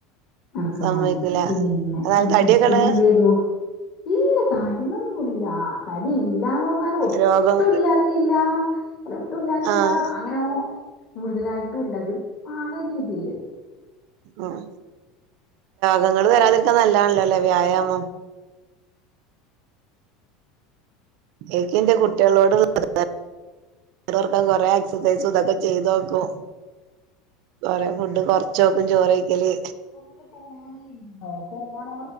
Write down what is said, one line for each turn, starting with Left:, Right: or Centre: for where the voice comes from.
Left: നടക്കാൻ
Right: സമ്മയ്ക്കൂല
Left: പോവാന് പിന്നെ
Right: അതായത്
Left: ഉം
Right: തടിയൊക്കെണ്ട്
Left: ഉം പിന്നെന്തെയ്തു ഇല്ല തടിയൊന്നും ഇല്ല തടി ഇല്ലാന്ന് പർഞ്ഞാല് ഒ
Right: രോഗം
Left: ഒട്ടും ഇല്ലാതെ ഇല്ല അല്ല ഒട്ടും ഇല്ലാതെ
Right: ആഹ്
Left: ഇല്ല അങ്ങനെ കൂടുതലായിട്ടും ഇല്ല ഒരു പാകം രീതീല്
Right: ആഹ് രോഗങ്ങള് വെരാതിരിക്കാൻ നല്ലതാണല്ലോല്ലേ വ്യായാമം ഇൻക്കിന്റെ കുട്ട്യാളോട് <unintelligible> <unintelligible> കൊർക്കാൻ കൊറെ എക്സസൈസും ഇതൊക്കെ ചെയ്തോക്കും കൊറെേ ഫുഡ് കൊർച്ചോക്കും ചോറെയ്ക്കല്
Left: നമ്മളെ ഫോണില്ണ്ടോ ഫോണ്